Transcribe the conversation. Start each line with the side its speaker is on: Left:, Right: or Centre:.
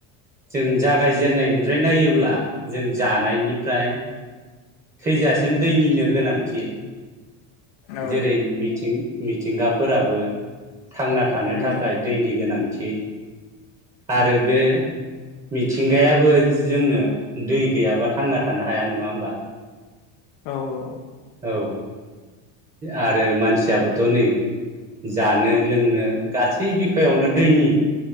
Right: जों जागायजेननायनिफ्राय नायोब्ला जों जानायनिफ्राय थैजासिम
Left: उम
Right: दैनिनो गोनां थियो
Left: औ
Right: जेरै मिथिं मिथिंगाफोराबो थांना थानो
Left: उम
Right: थाखाय दैनि गोनां। थि आरो
Left: उम
Right: बे मिथिंगायाबो जोंनो दै गैयाबा थांना थानो हाया नङा होमबा।
Left: औ औ औ।
Right: औ आरो मानसियाबोथ' नै जानो लोंनो गासै बिखायावनो दैनि